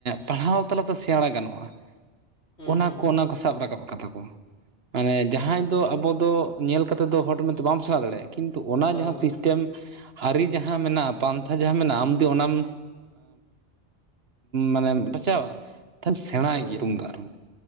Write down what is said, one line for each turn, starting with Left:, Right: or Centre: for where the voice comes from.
Right: ᱯᱟᱲᱦᱟᱣ ᱛᱟᱞᱟᱛᱮ ᱥᱮᱬᱟ ᱜᱟᱱᱚᱜᱼᱟ
Left: ᱦᱩᱸ
Right: ᱚᱱᱟ
Left: ᱦᱩᱸ
Right: ᱠᱚ ᱚᱱᱟ ᱠᱚ ᱥᱟᱵ ᱨᱟᱠᱟᱵ ᱟᱠᱟᱫᱟ ᱠᱚᱢ ᱢᱟᱱᱮ ᱡᱟᱦᱟᱸᱭ ᱫᱚ ᱟᱵᱚ ᱫᱚ ᱧᱮᱞ ᱠᱟᱛᱮᱫ ᱫᱚ ᱦᱚᱲᱛᱮ ᱵᱟᱢ ᱥᱮᱬᱟ ᱫᱟᱲᱮᱭᱟᱜᱼᱟ ᱠᱤᱱᱛᱩ ᱚᱱᱟ
Left: ᱵᱟᱝ
Right: ᱡᱟᱦᱟᱸ
Left: ᱵᱟᱝ
Right: ᱥᱤᱥᱴᱮᱢ ᱟᱹᱨᱤ ᱡᱟᱦᱟᱸ ᱢᱮᱱᱟᱜᱼᱟ ᱯᱟᱱᱛᱷᱟ ᱡᱟᱦᱟᱸ ᱢᱮᱱᱟᱜᱼᱟ ᱟᱢᱫᱤ ᱚᱱᱟᱢ ᱢᱟᱱᱮᱢ ᱨᱟᱪᱟᱣᱟ ᱛᱮ ᱥᱮᱬᱟᱭ
Left: ᱦᱳᱭ
Right: ᱜᱮᱭᱟ ᱛᱩᱢᱫᱟᱜ ᱨᱩ